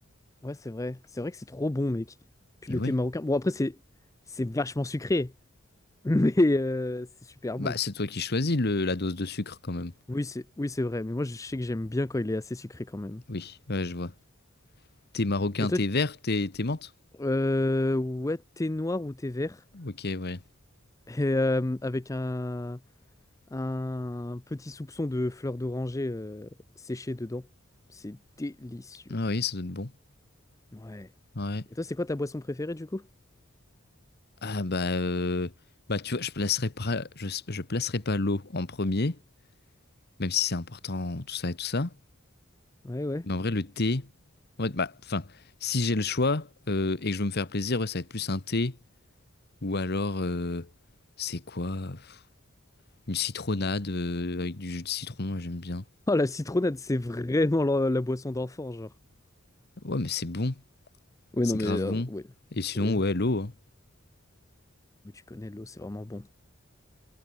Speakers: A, on the left; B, on the left.
A: ouais, c'est vrai. C'est vrai que c'est trop bon, mec. Puis
B: Et
A: le
B: ouais.
A: thé marocain. Bon, après, c'est, c'est vachement sucré, <laughs> mais euh, c'est super
B: Bah,
A: bon.
B: c'est toi qui choisis le- la dose de sucre, quand même.
A: Oui, c'est, oui, c'est vrai. Mais moi, je sais que j'aime bien quand il est assez sucré quand même.
B: Oui, ouais, je vois. Thé marocain,
A: Et toi,
B: thé vert, thé, thé menthe?
A: euh, ouais, thé noir ou thé vert?
B: Ok, ouais.
A: Et euh, avec un, Un petit soupçon de fleur d'oranger euh, séchée dedans. C'est délicieux.
B: Ah oui, ça doit être bon.
A: Ouais.
B: Ouais.
A: Et toi, c'est quoi ta boisson préférée du coup?
B: Ah bah, euh, bah tu vois, je placerai pas, je, je placerai pas l'eau en premier, même si c'est important, tout ça et tout ça.
A: Ouais, ouais.
B: Mais en vrai, le thé, en fait bah, enfin, si j'ai le choix euh, et que je veux me faire plaisir, ouais, ça va être plus un thé ou alors, euh, c'est quoi? pff, Une citronnade euh, avec du jus de citron, ouais, j'aime bien.
A: Oh, la citronnade, c'est vraiment la, la boisson d'enfant, genre.
B: Ouais, mais c'est bon,
A: Oui,
B: c'est
A: non,
B: grave
A: mais euh,
B: bon.
A: oui.
B: Et sinon,
A: Oui.
B: ouais, l'eau. hein.
A: Oui, tu connais l'eau, c'est vraiment bon.